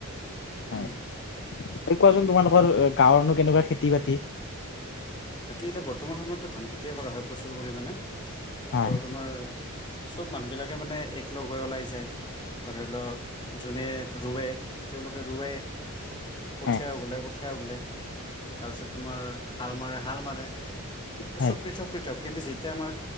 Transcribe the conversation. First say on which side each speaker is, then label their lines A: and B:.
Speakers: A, on the left; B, on the left.
A: হয়
B: উম।
A: <unintelligible> কোৱাচোন তোমালোকৰ অ গাঁৱৰনো কেনেকুৱা খেতি - বাতি?
B: বাকী এতিয়া বৰ্তমান সময়তো ধান খেতিয়ে কৰা হয় প্ৰচুৰ পৰিমাণে,
A: হয়
B: ত' তোমাৰ চব মানুহবিলাকে মানে এক লগ হৈ ওলাই যায় বা ধৰি লও যোনে ৰুৱে, তেওঁলোকে ৰুৱাই কঠীয়াও
A: হয়
B: গলে কঠীয়াও গলে। তাৰ পিছত তোমাৰ হাল মাৰে হাল মাৰে, ত
A: হয়
B: চব পৃথক- পৃথক দিয়ক কিন্তু যেতিয়া আমাৰ